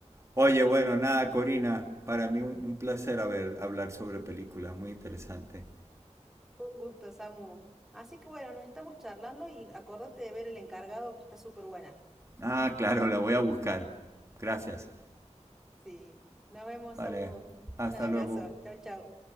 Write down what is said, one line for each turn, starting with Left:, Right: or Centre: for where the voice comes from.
Right: Oye, bueno, nada, Corina, para mí un, un placer haber, hablar sobre películas, muy interesante.
Centre: Un gusto, Samu. Así que bueno, nos estamos charlando y acordate de ver El Encargado, que está súper buena.
Right: Ah, claro, la voy a buscar. Gracias.
Centre: Sí. Nos vemos,
Right: Vale,
Centre: Samu.
Right: hasta
Centre: Un abrazo.
Right: luego.
Centre: Chau, chau.